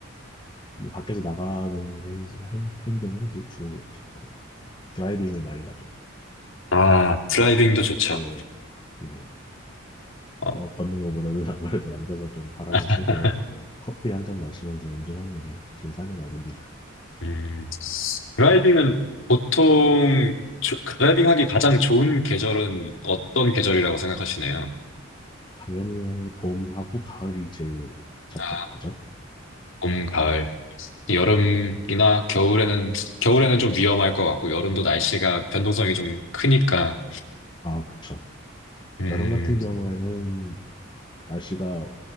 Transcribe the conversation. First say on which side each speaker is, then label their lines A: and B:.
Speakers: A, on the left; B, on the left.
A: 뭐 밖에서 나가는 행, 행, 행동은 이제 주로 이제 뭐 드라이빙을 많이 가죠.
B: 아, 드라이빙도 좋죠.
A: 네, 네.
B: 어,
A: 그거 걷는 것보다는 <laughs> 아무래도 앉아서 좀 바람을
B: <laughs>
A: 쐬고 뭐 커피 한 잔 마시면서 운전하는 게 제 삶의 낙입니다.
B: 음, 드라이빙은 보통 조- 드라이빙 하기 가장 좋은 계절은 어떤 계절이라고 생각하시나요?
A: 당연히 봄하고 가을이 제일 적합하죠.
B: 아, 봄, 가을. 여름이나 겨울에는, 겨울에는 좀 위험할 것 같고, 여름도 날씨가 변동성이 좀 크니까.
A: 아, 그쵸.
B: 음,
A: 여름 같은 경우에는 날씨가